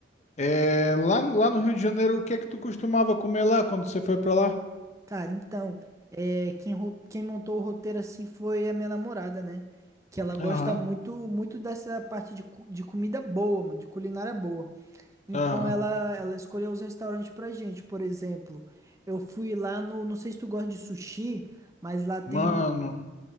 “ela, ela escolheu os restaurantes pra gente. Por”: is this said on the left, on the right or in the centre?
Right